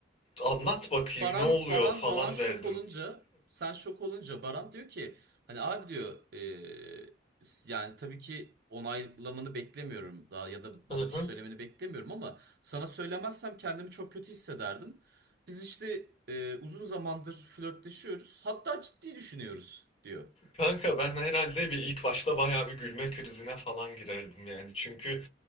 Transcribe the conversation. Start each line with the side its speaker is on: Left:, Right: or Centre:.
Left: anlat bakayım
Right: Baran
Left: ne oluyor
Right: Baran
Left: falan
Right: Baran şok
Left: derdim.
Right: olunca sen şok olunca Baran diyor ki hani abi diyor eee, s- yani tabii ki onaylamanı beklemiyorum daha ya da
Left: Hı
Right: bana
Left: hı.
Right: bir şey söylemeni beklemiyorum ama sana söylemezsem kendimi çok kötü hissederdim. Biz işte eee, uzun zamandır flörtleşiyoruz hatta ciddi düşünüyoruz diyor.
Left: Kanka ben herhalde bir ilk başta bayağı bir gülme krizine falan girerdim yani. Çünkü